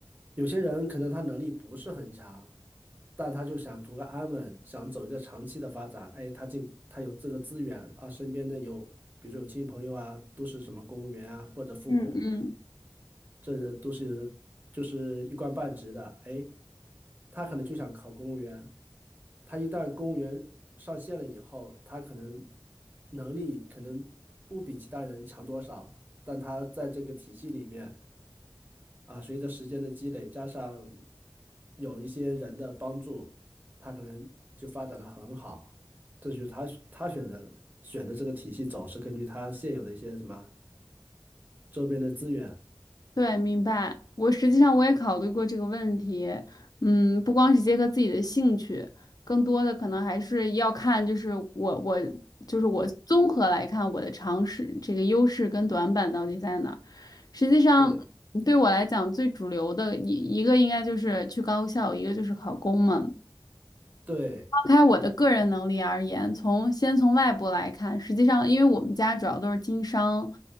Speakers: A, on the right; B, on the left.
A: 有些人可能他能力不是很强，但他就想图个安稳，想走一个长期的发展。哎，他进他有这个资源啊，身边的有，比如说有亲戚朋友啊，都是什么公务员啊，或者父母。
B: 嗯嗯。
A: 这个都是就是一官半职的，哎，他可能就想考公务员，他一旦公务员上线了以后，他可能能力可能不比其他人强多少，但他在这个体系里面啊，随着时间的积累，加上有一些人的帮助，他可能就发展的很好。这就是他他选择选的这个体系走，是根据他现有的一些什么周边的资源。
B: 对，明白。我实际上我也考虑过这个问题，嗯，不光是结合自己的兴趣，更多的可能还是要看，就是我我就是我综合来看我的尝试这个优势跟短板到底在哪儿。实际上对我来讲，
A: 对，
B: 最主流的一一个应该就是去高校，一个就是考公嘛。
A: 对，
B: 抛开我的个人能力而言，从先从外部来看，实际上因为我们家主要都是经商，